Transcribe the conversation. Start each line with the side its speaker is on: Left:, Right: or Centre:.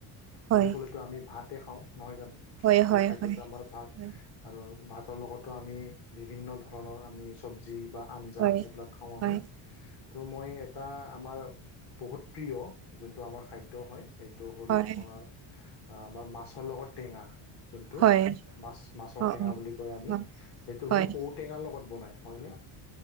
Right: হয়
Left: বুলি ক'লেতো আমি ভাতে খাওঁ নহয় জানো
Right: হয়
Left: আচল
Right: হয় হয়
Left: খাদ্যটো
Right: হয়
Left: আমাৰ ভাত আৰু ভাত। ভাতৰ লগতো আমি বিভিন্ন ধৰণৰ আমি চবজি। বা আঞ্জা
Right: হয়
Left: এইবিলাক খাওঁ
Right: হয়
Left: আমি তো মই এটা তোমাৰ বহুত প্ৰিয় যোনটো আমাৰ খাদ্য সেইটো
Right: হয়
Left: হল আপোনাৰ আমাৰ মাছৰ লগত টেঙা। যোনটো
Right: হয়
Left: মাছ মাছৰ
Right: অ অ
Left: টেঙা বুলি কয় আমি
Right: অ
Left: সেইটো হ'ল
Right: হয়
Left: ঔটেঙাৰ লগত বনাই। হয়নে